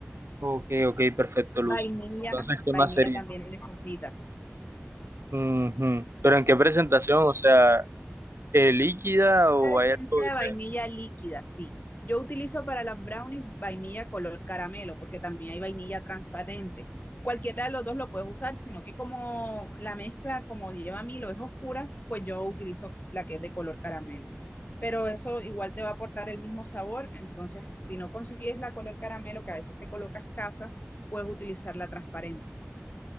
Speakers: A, on the right; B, on the left.
A: Ok, ok, perfecto, Luz.
B: Vainilla,
A: Entonces, ¿qué
B: vainilla
A: más sería?
B: también necesitas.
A: Ujú. Pero ¿en qué presentación? O sea, ¿eh, líquida o
B: Claro, esencia
A: hay algo diferente?
B: de vainilla líquida, sí. Yo utilizo para las brownies vainilla color caramelo, porque también hay vainilla transparente. Cualquiera de los dos lo puedes usar, sino que como la mezcla, como lleva Milo, es oscura, pues yo utilizo la que es de color caramelo. Pero eso igual te va a aportar el mismo sabor, entonces si no consigues la color caramelo, que a veces se coloca escasa, puedes utilizar la transparente.